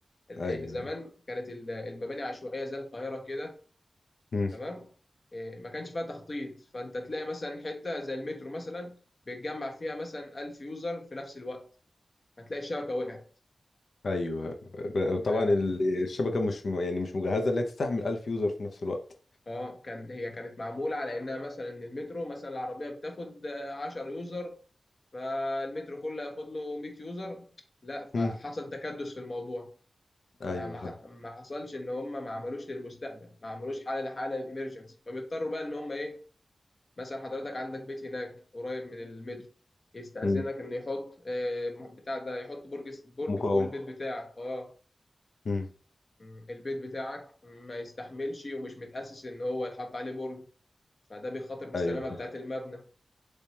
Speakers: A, on the left; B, on the left.
A: ال-
B: ايوه
A: زمان
B: ايوه
A: كانت ال- المباني عشوائيه زي القاهره كده
B: مم.
A: تمام إيه، ما كانش فيها تخطيط فانت تلاقي مثلا حته زي المترو مثلا بيتجمع فيها مثلا 1000 يوزر في نفس الوقت هتلاقي الشبكه وقعت
B: ايوه ب-
A: ما
B: طبعا ال- الشبكه مش م- يعني مش مجهزه لا تستحمل 1000 يوزر في نفس الوقت
A: اه كان هي كانت معموله على انها مثلا ان المترو مثلا العربيه بتاخد آه، 10 يوزر فالمترو كله ياخد له 100 يوزر لا فحصل
B: مم.
A: تكدس في الموضوع ما
B: ايوه
A: ما
B: فاهم
A: ما حصلش ان هم ما عملوش للمستقبل ما عملوش حاله لحاله للامرجنسي فبيضطروا بقى ان هم ايه مثلا حضرتك عندك بيت هناك قريب من المترو يستأذنك
B: مم.
A: ان يحط آه، بتاع ده يحط برج برج
B: مقاومه
A: فوق البيت بتاعك اه
B: مم.
A: م، البيت بتاعك ما يستحملش ومش متأسس ان هو يتحط عليه برج فده بيخاطر بالسلامه
B: ايوه
A: بتاعت
B: فاهم.
A: المبنى